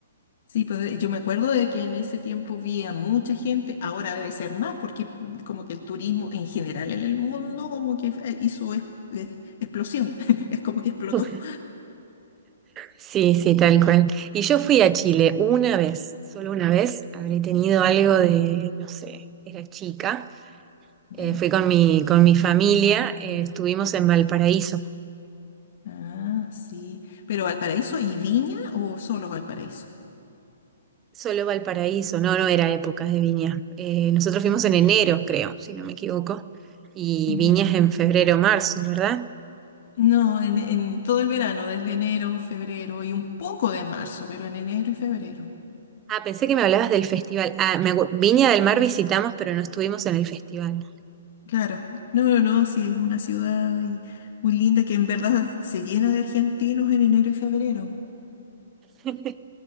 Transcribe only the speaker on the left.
Sí, pues eh, yo me acuerdo de que en ese tiempo vi a mucha gente, ahora debe ser más, porque mm, como que el turismo en general en el mundo como que eh, hizo es- eh, explosión, <laughs> es como que explotó.
¿Ya?
Ah, sí. ¿Pero Valparaíso y Viña o solo Valparaíso?
Ya.
No, en, en todo el verano, desde enero, febrero y un poco de marzo, pero en enero y febrero.
Claro. No, no, no, sí, es una ciudad y- muy linda que en verdad se llena de argentinos en enero y febrero.